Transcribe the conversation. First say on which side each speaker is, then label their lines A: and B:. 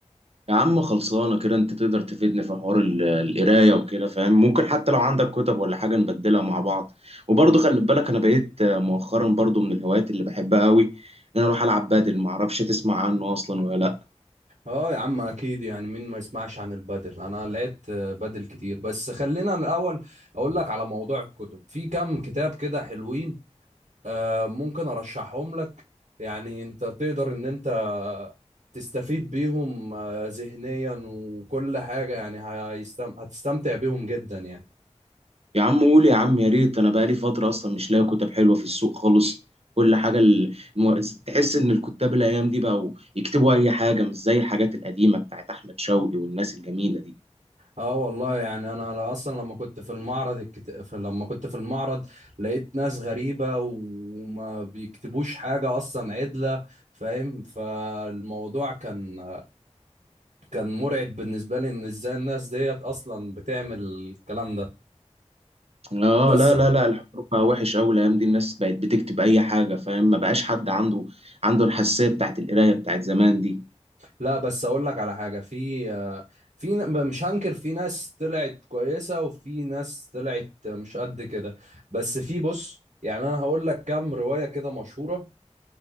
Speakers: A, on the right (about 55°); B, on the right (about 85°).
A: يا عم خلصانة كده انت تقدر تفيدني في حوار ال- القراية وكده فاهم ممكن حتى لو عندك كتب ولا حاجة نبدلها مع بعض وبرضه خلي بالك انا بقيت آه، مؤخرا برضه من الهوايات اللي بحبها قوي ان انا اروح العب بادل معرفش تسمع عنه اصلا ولا لا
B: اه يا عم اكيد يعني مين ما يسمعش عن البدل انا لقيت آه، بدل كتير بس خلينا الاول اقول لك على موضوع الكتب في كام كتاب كده حلوين آه، ممكن ارشحهم لك يعني انت تقدر ان انت تستفيد بيهم آه، ذهنيا وكل حاجة يعني هيستم... هتستمتع بيهم جدا يعني
A: يا عم قول يا عم يا ريت انا بقالي فترة اصلا مش لاقي كتب حلوة في السوق خالص كل حاجة ال- الم- تحس ان الكتاب الايام دي بقوا يكتبوا اي حاجة مش زي الحاجات القديمة بتاعت احمد شوقي والناس الجميلة دي
B: اه والله يعني انا اصلا لما كنت في المعرض الكت... في- لما كنت في المعرض لقيت ناس غريبة وما بيكتبوش حاجة اصلا عدلة فاهم فالموضوع كان كان مرعب بالنسبة لي ان ازاي الناس ديت اصلا بتعمل الكلام ده
A: اه
B: بس
A: لا لا لا الحوار بقى وحش قوي الايام دي الناس بقت بتكتب اي حاجه فاهم ما بقاش حد عنده عنده الحساسيه بتاعت القرايه بتاعت زمان دي
B: لا بس اقول لك على حاجة في في ن- مش هنكر في ناس طلعت كويسة وفي ناس طلعت مش قد كده بس في بص يعني انا هقول لك كام رواية كده مشهورة